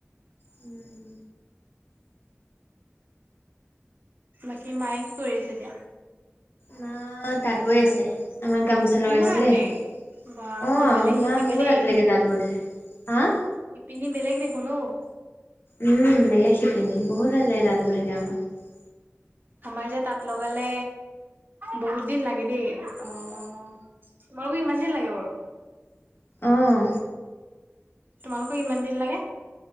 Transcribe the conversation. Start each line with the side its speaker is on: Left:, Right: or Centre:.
Left: উম
Right: বাকী মায়ে কি কৰি আছে এ দিয়া
Left: না তাত বৈ আছে আমাৰ গামোচা লগাইছিলে
Right: ইমান ৰাতি
Left: অ
Right: বা বহুত
Left: আমাৰ
Right: বেলেগ শিপিনী
Left: মা বহুত
Right: দেই
Left: ৰাতি লাগে তাঁত বয় হাঁ
Right: শিপিনী বেলেগ দেখোন অও <unintelligible>
Left: উম বেলেগ শিপিনী বহুত আ লাগে ৰাতি লৈকে তাত বৈ থাকে আমাৰ <unintelligible>
Right: আমাৰ যে তত লগালে বহুত দিন লাগে দেই অ। তোমালোকো ইমান দিন লাগে বাৰু
Left: অঁ
Right: তোমালোকক ইমান দিন লাগে?